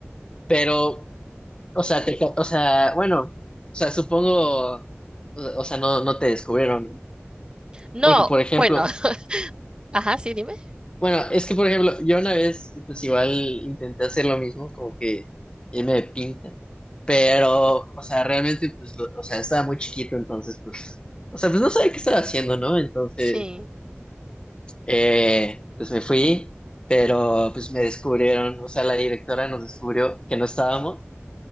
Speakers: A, on the left (about 20°); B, on the right (about 20°).
A: pero, o sea, te, o sea, bueno, o sea, supongo, o o sea, no, no te descubrieron, ¿no?
B: No,
A: Porque, por ejemplo,
B: bueno, <laughs> ajá, sí, dime.
A: bueno, es que, por ejemplo, yo una vez, pues igual intenté hacer lo mismo, como que irme de pinta, pero, o sea, realmente, pues, lo- o sea, estaba muy chiquito, entonces, pues, o sea, pues no sabía qué estaba haciendo, ¿no? Entonces...
B: Sí.
A: Eh, pues me fui, pero pues me descubrieron, o sea, la directora nos descubrió que no estábamos,